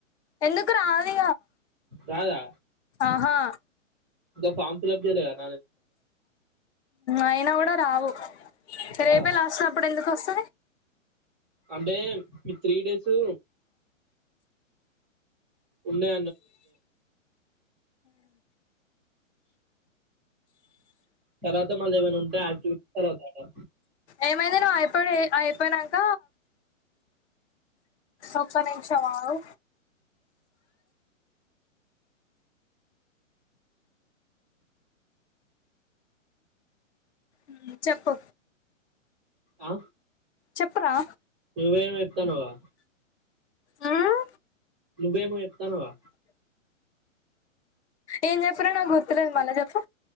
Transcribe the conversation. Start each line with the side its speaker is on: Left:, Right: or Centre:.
Left: ఎందుకు రాల
Centre: రాదా
Left: ఆహా
Centre: ఇ ఫార్ ఫల్ప్లాా
Left: అయినా కూడా రావు
Centre: రాదా
Left: రేపే లాస్ట్ అప్పుడు ఎందుకు వ స
Centre: అంటే మీ త్రీ డేసు ఉన్నే తర్వాత మళ్ళేమైనా ఉంటే యాక్టివిటీ తర్వాత అ
Left: ఏమైందే నువ్ అయిపో అయిపోనాంక ఒక్క నిమిషం ఆగు ఉమ్మ్ చెప్పు
Centre: ఆ
Left: చెప్పరా
Centre: ఏవై వేత్తనావా
Left: మ్మ్?
Centre: నువ్వేమో ఏత్తానవా
Left: ఏం చెప్పానో నాకు గుర్తులేదు మళ్ళ చెప్పు